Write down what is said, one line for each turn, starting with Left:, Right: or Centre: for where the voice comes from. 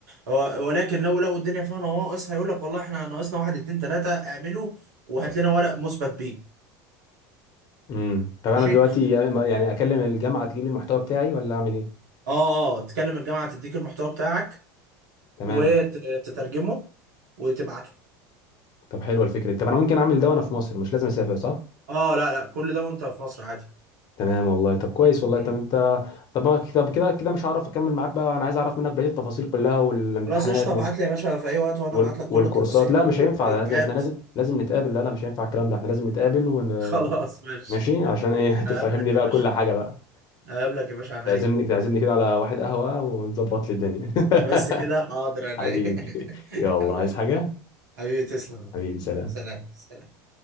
Right: هو- ولكن لو لو الدنيا فيها نواقص هيقول لك والله احنا ناقصنا واحد اتنين تلاته اعمله وهات لنا ورق مثبت بيه
Left: امم طب
Right: ماشي
Left: انا دلوقتي يعني اكلم الجامعه تجيب لي المحتوى بتاعي ولا اعمل ايه
Right: اه اه تكلم الجامعه تديك المحتوى بتاعك
Left: تمام
Right: وتترجمه وتبعته
Left: طب حلوه الفكره دي. طب انا ممكن اعمل ده وانا في مصر مش لازم اسافر صح
Right: اه لا لا كل ده وانت في مصر عادي
Left: تمام والله طب كويس والله
Right: مم.
Left: طب انت طب أنا- طب كده كده مش هعرف اكمل معاك بقى انا عايز اعرف منك بقيه التفاصيل كلها والامتحانات
Right: خلاص قشطه ابعت
Left: وال...
Right: لي يا باشا في اي وقت وانا
Left: وال...
Right: ابعت لك كل
Left: والكورسات
Right: التفاصيل
Left: لا
Right: واللينكات
Left: مش هينفع لازم احنا لازم لازم نتقابل لا لا مش هينفع الكلام ده احنا لازم نتقابل ون...
Right: <laughs> خلاص ماشي
Left: ماشي عشان ايه <laughs> تفهمني
Right: هقابلك يا
Left: بقى
Right: باشا
Left: كل حاجه بقى
Right: هقابلك يا باشا عينيا
Left: تعزمني تعزمني كده على واحد قهوة وتظبط لي الدنيا
Right: بس
Left: <laughs>
Right: كده حاضر عينيا
Left: حبيبي
Right: <laughs>
Left: يلا
Right: حبيبي
Left: عايز حاجة
Right: حبيبي تسلم
Left: حبيبي سلام
Right: سلام سلام